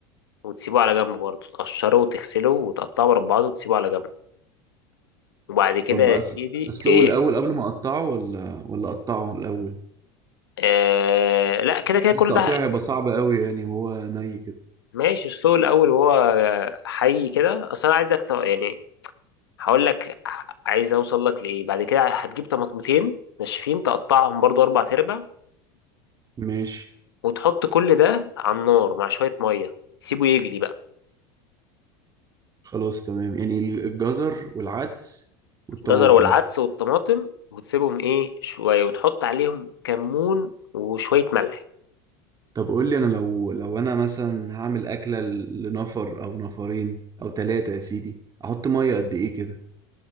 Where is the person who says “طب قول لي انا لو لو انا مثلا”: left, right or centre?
Right